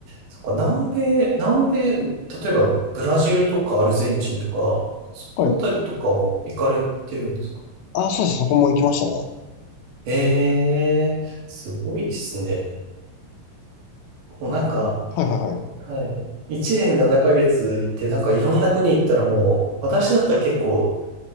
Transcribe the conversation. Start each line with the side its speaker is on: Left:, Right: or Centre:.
Right: そっか、南米、南米、例えばブラジルとかアルゼンチンとか、そのあたりとかも行かれてるんですか
Left: はい。あ、そうです。そこも行きましたね。
Right: ええ、すごいですね。もうなんか、
Left: まあ、あの、はいはいはい。
Right: はい。一年7ヶ月行って、なんかいろんな国行ったらもう、私だったら結構、